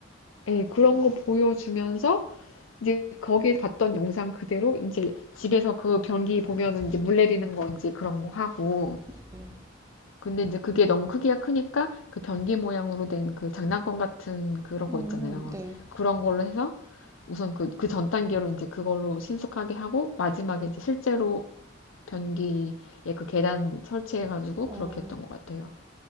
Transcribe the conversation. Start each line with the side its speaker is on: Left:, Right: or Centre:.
Left: 예, 그런 거 보여주면서 이제 거기에 봤던 영상 그대로 이제 집에서 그 변기 보면은 이제 물 내리는 거 이제 그런 거 하고
Right: 네네,
Left: 근데 이제 그게 너무 크기가 크니까 그 변기 모양으로 된 그 장난감 같은 그런
Right: 음,
Left: 거 있잖아요.
Right: 네.
Left: 그런 걸로 해서 우선 그, 그 전 단계로 이제 그걸로 신속하게 하고 마지막에 이제 실제로 변기에 그 계단 설치해가지고
Right: 어,
Left: 그렇게 했던 것 같아요.